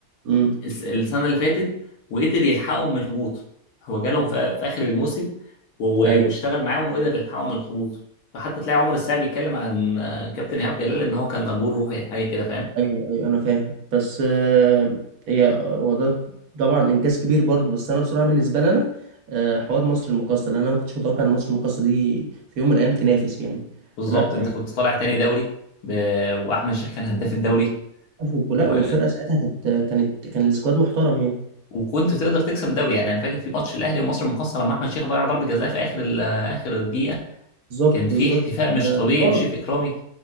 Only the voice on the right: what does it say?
امم
ايوه
ايوه ايوه انا فاهم بس آه، هي هو ده طبعا انجاز كبير برضو بس انا بصراحة بالنسبة لنا آه، حوار مصر المقاصة لان انا ما كنتش متوقع ان مصر المقاصة دي في يوم من الايام تنافس يعني
فلا
عفوا
لا والفرقه ساعتها كانت كانت كان السكواد محترم يعني
بالظبط
بالظبط
اه